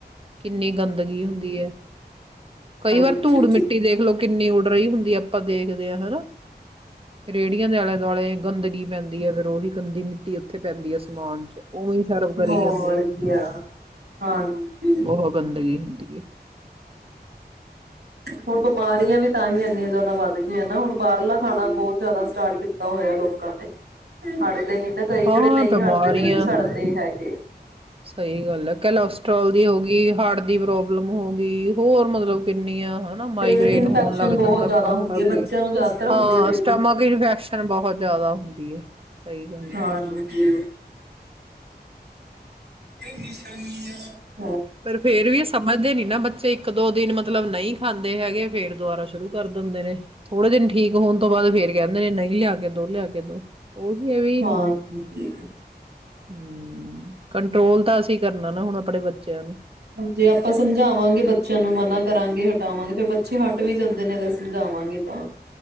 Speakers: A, on the right (about 30°); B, on the right (about 75°).
A: ਕਿੰਨੀ ਗੰਦਗੀ ਹੁੰਦੀ ਹੈ। ਕਈ ਵਾਰ
B: ਹਾਂਜੀ
A: ਧੂੜ, ਮਿੱਟੀ ਦੇਖਲੋ ਕਿੰਨੀ ੳਡੱ ਰਹੀ ਹੁੰਦੀ ਆਪਾਂ ਦੇਖਦੇ ਹਾਂ। ਹਨਾ ਰੇਹੜੀਆਂ ਦੇ ਆਲੇ- ਦੁਆਲੇ ਗੰਦਗੀ ਪੈਂਦੀ ਹੈ ਫੇਰ ਉਹੀ ਗੰਦੀ ਮਿੱਟੀ ਉੱਥੇ ਪੈਂਦੀ ਹੈ ਸਮਾਨ ਚ' ਉਵੇਂ ਸਰਵ ਕਰੀ
B: ਹੋਰ
A: ਜਾਂਦੇ ਆ।
B: ਕਿਆ ਹਾਂਜੀ
A: ਬਹੁਤ ਗੰਦਗੀ ਹੁੰਦੀ ਹੈ
B: ਹੁਣ ਬਿਮਾਰੀਆਂ ਵੀ ਤਾਂ ਹੀ ਐਨੀਆਂ ਜਿਆਦਾ ਵੱਧ ਗਈਆਂ ਨਾ ਹੁਣ ਬਾਹਰਲਾ ਖਾਣਾ ਬਹੁਤ ਜ਼ਿਆਦਾ ਸਟਾਰਟ ਕੀਤਾ ਹੋਇਆ ਲੋਕਾਂ ਨੇ ਖ ਦੇ ਨ ਨਾ ਕਈ
A: ਹਾਂ
B: ਜਿਹੜੇ ਨਹੀਂ
A: ਬਿਮਾਰੀਆਂ
B: ਹਟਦੇ ਨਹੀਂ ਛੱਡਦੇ ਹੈਗੇ
A: ਸਹੀ ਗੱਲ ਹੈ, ਕਲੋਸਟਰ੍ਰੋਲ ਦੀ ਹੋ ਗਈ ਹਾਰਟ ਦੀ ਪ੍ਰੋਬਲਮ ਹੋ ਗਈ ਹੋਰ ਮਤਲਬ ਕਿੰਨੀ ਆ ਹਨਾ
B: ਪੇਟ
A: ਮਾਈਗ੍ਰੇਨ
B: ਇਨਫੈਕਸ਼ਨ
A: ਹੋਣ ਲੱਗ
B: ਬਹੁਤ
A: ਜਾਂਦਾ
B: ਜ਼ਿਆਦਾ
A: ਖਾ-ਖਾ
B: ਹੁੰਦੀ ਹੈ ਬੱਚਿਆਂ
A: ਕੇ
B: ਨੂੰ ਜ਼ਿਆਦਾਤਰ ਹੁੰਦੀ
A: ਹਾਂ।
B: ਹੈ ਪੇਟ
A: ਸਟਮਕ ਇਨਫੈਕਸ਼ਨ ਬਹੁਤ ਜ਼ਿਆਦਾ ਹੁੰਦੀ ਹੈ ਸਹੀ ਗੱਲ ਹੈ
B: ਹਾਂਜੀ ਨਿਸ਼ਾਨੀਆਂ
A: ਪਰ ਫੇਰ ਵੀ ਸਮਝਦੇ ਨੀ ਨਾ ਬੱਚੇ ਇੱਕ ਦੋ ਦਿਨ ਮਤਲਬ ਨਹੀਂ ਖਾਂਦੇ ਹੈਗੇ ਫੇਰ ਦੁਬਾਰਾ ਸ਼ੁਰੂ ਕਰ ਦਿੰਦੇ ਨੇ ਥੋੜੇ ਦਿਨ ਠੀਕ ਹੋਣ ਤੋਂ ਬਾਅਦ ਫੇਰ ਕਹਿੰਦੇ ਨੇ ਨਹੀਂ ਲਿਆ ਕੇ ਦੋ ਲਿਆ ਕੇ। ਕਿਦੋਂ ਉਹੀ ਹੈ ਇਵੇ,
B: ਹਾਂਜੀ
A: <unintelligible> ਕੰਟਰੋਲ ਤਾਂ ਅਸੀਂ ਕਰਨਾ ਨਾ ਹੁਣ ਆਪਣੇ ਬੱਚੇ <inaudible>
B: ਜੇ ਆਪਾਂ ਸਮਝਾਵਾਂਗੇ ਬੱਚਿਆਂ ਨੂੰ ਮਨਾ ਕਰਾਂਗੇ ਹਟਾਵਾਂਗੇ ਫੇਿਰ ਬੱਚੇ ਹਟ ਵੀ ਜਾਂਦੇ ਨੇ ਅਗਰ ਸਮਝਾਵਾਂਗੇ ਤਾਂ